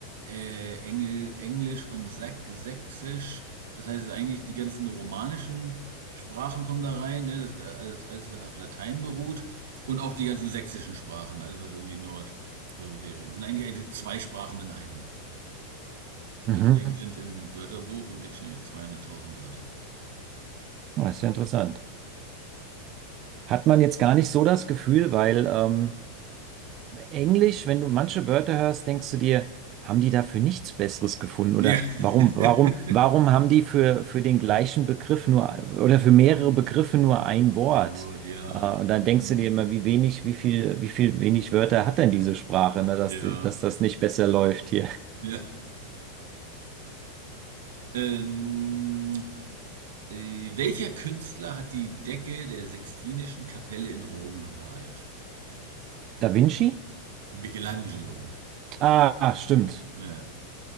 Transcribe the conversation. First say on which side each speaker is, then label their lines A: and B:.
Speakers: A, on the right (about 85°); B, on the right (about 40°).
A: äh, Engl Englisch und Sach Sächsisch. Das heißt, es ist eigentlich die ganzen romanischen Sprachen kommen da rein, ne? das, alles, alles, was auf Latein beruht und auch die ganzen sächsischen Sprachen, alles, was irgendwie nordeuropäisch ist. Das sind eigentlich, eigentlich zwei Sprachen in einem. Und
B: Mhm.
A: deswegen sind im Wörterbuch, im Dictionary 200.000 Wörter.
B: Oh, Das ist ja interessant. Hat man jetzt gar nicht so das Gefühl, weil ähm, Englisch, wenn du manche Wörter hörst, denkst du dir, haben die dafür nichts Besseres gefunden? Oder
A: Ja. <laughs>
B: warum, warum, warum haben die für, für den gleichen Begriff nur oder für mehrere Begriffe nur ein Wort?
A: Ein Wort, ja.
B: Äh, und dann denkst
A: Hm,
B: du dir immer, wie wenig, wie viel, wie viel wenig Wörter hat denn diese Sprache, ne, dass,
A: ja.
B: die- dass das nicht besser läuft hier.
A: Ja. Ähm, äh, welcher Künstler hat die Decke der Sixtinischen Kapelle in Rom gemalt?
B: Da Vinci?
A: Michelangelo.
B: Ah, stimmt.
A: Ja.